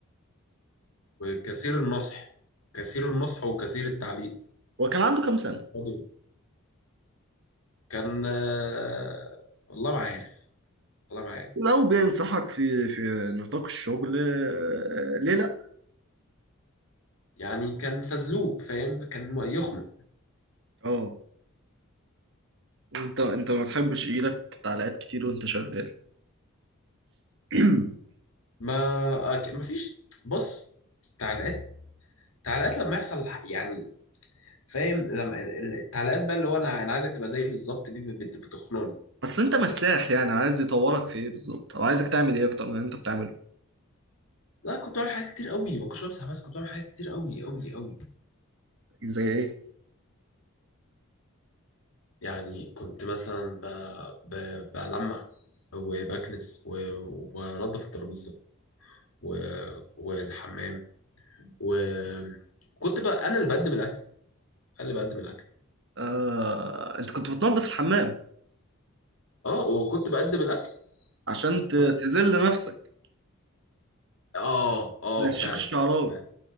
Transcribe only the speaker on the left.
وكثير النصح كثير النصح وكثير التعليق
فاضي. كان آه، والله ما عارف والله ما عارف
يعني كان فزلوب فاهم كان م- يخنق
ما أك- ما فيش بص تعليقات تعليقات لما يحصل ح- يعني فاهم لما ال- ال- التعليقات بقى اللي هو انا انا عايزك تبقى زيي بالظبط دي بت- بتخنقني
لا كنت بعمل حاجات كتير قوي ما كنتش بمسح بس كنت بعمل حاجات كتير قوي قوي قوي
يعني كنت مثلا ب... ب... بلمع وبكنس و... وبنضف الترابيزه و... والحمام وكنت بقى انا اللي بقدم الاكل انا اللي بقدم الاكل
اه وكنت بقدم الاكل
برضه.
اه اه
فعلا
فعلا